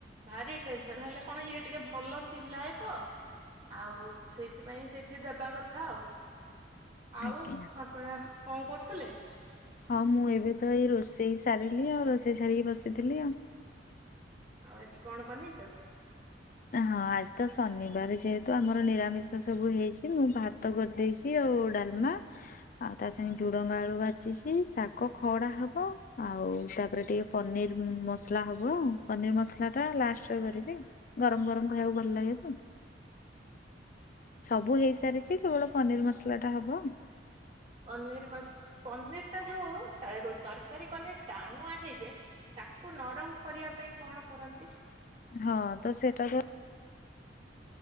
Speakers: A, on the right; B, on the left.
A: ଭାରି ଟେନସନ ହେଲେ କଣ ଇଏ ଟିକେ ଭଲ ସିଲାଏ ତ ଆଉ ସେଇଥିପାଇଁ ସେଇଠି ଦେବା କଥା ଆଉ। ଆଉ
B: ଆଜ୍ଞା
A: ଆପଣ କଣ କରୁଥିଲେ।
B: ହଁ ମୁଁ ଏବେ ତ ଏଇ ରୋଷେଇ ସାରିଲି ଆଉ ରୋଷେଇ ସାରିକି ବସିଥିଲି ଆଉ।
A: ଆଉ ଆଜି କଣ ବନେଇଚନ୍ତି।
B: ହଁ ଆଜି ତ ଶନିବାରେ ଯେହେତୁ ଆମର ନିରାମିଷ ସବୁ ହେଇଚି ମୁଁ ଭାତ କରିଦେଇଚି। କି ଆଉ ଡାଲମା। ଆଉ ତା ସାଙ୍ଗେ ଝୁଡଙ୍ଗ ଆଳୁ ବାଜିଚି ଶାଗ ଖଡା ହବ ଆଉ ତାପରେ ଟିକେ ପନିର ମସଲା ହବ ପନିର ମସଲା ଟା ଲାଷ୍ଟରେ କରିବି। ଗରମ ଗରମ ଖାଇବାକୁ ଭଲ ଲାଗେ ତ। ସବୁ ହେଇସାରିଚି କେବଳ ପନିର ମସଲା ଟା ହବ।
A: ପନିର ପନିର ଟା ଯୋଉ ତରକାରୀ କଲେ ଟାଣୁ ଆ ହେଇ ଯାଏ। ତାକୁ ନରମ କରିବା ପାଇଁ କଣ କରନ୍ତି।
B: ହଁ ତ ସେଇଟା ତ